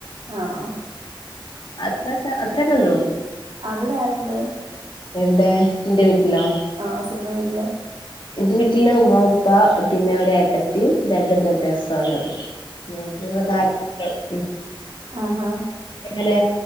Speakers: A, on the right (about 70°); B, on the left (about 65°).
A: ആണോ.
B: അത്രക്കെ അത്രകൊള്ളു.
A: അവിടെ ആരുണ്ട്?
B: എവിടെ എന്റെ വീട്ടിലോ?
A: ആഹ സ്വന്തം വീട്ടില്?
B: എന്റെ വീട്ടില് ഉമ്മ ഉപ്പ പിന്നെ ഒരു ഏട്ടത്തിയും രണ്ട് ബ്രദർഴ്സും ആ ഉള്ളത്. ഞ ഞങ്ങള് നാല് മക്കള്.
A: ആഹ ആഹാ!
B: എങ്ങനെ